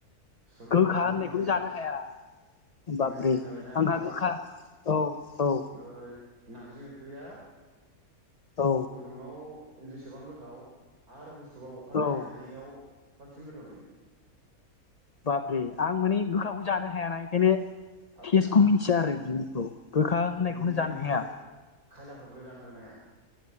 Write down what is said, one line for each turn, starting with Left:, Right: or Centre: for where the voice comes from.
Right: सुरुबजोबनो
Left: गोखा होननायखौनो
Right: हायो आं
Left: जानो हाया बाबरे
Right: नै खोनाबायना
Left: आंहा
Right: ओमफ्राय
Left: गोखा औ औ।
Right: ओ नारजि ओंख्रिया
Left: औ
Right: गुदुङाव जेसेबां गोथाव आरो गुस सुबा अखानायनायै
Left: औ
Right: जानायाव साबसिन गोथावसिन।
Left: बाबरे आं माने गोखाखौ जानो हायाना इखायनो
Right: आदसा
Left: टेस्टखौ मिथिया आरो बिनिखौ गोखा होननायखौनो
Right: बै
Left: जानो हाया।
Right: खाय खायलाफोरखौलाय जानो हागोना हाया?